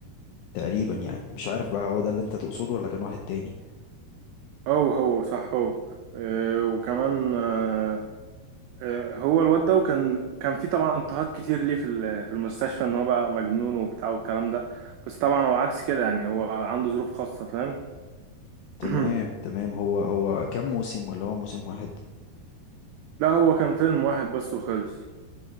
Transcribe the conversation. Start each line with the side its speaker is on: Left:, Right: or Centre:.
Left: تقريبا يعني مش عارف بقى هو ده اللي انت تقصده ولا كان واحد تاني
Right: هو هو صح هو آه وكمان آه آه، هو الواد ده وكان كان في طبعا اضطهاد كتير ليه في ال- في المستشفى ان هو بقى مجنون وبتاع والكلام ده بس طبعا هو عكس كده يعني هو عنده ظروف خاصة فاهم
Left: تمام
Right: <clears throat>
Left: تمام هو هو كام موسم ولا هو موسم واحد
Right: لا هو كان فيلم واحد بس وخلص